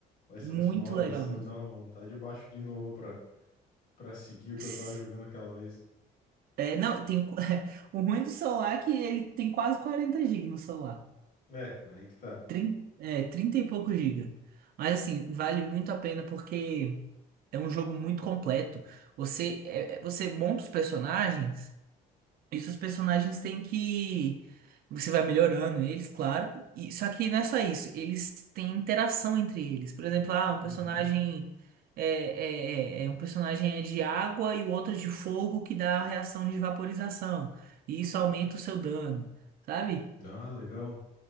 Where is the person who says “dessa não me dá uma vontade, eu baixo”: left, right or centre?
Left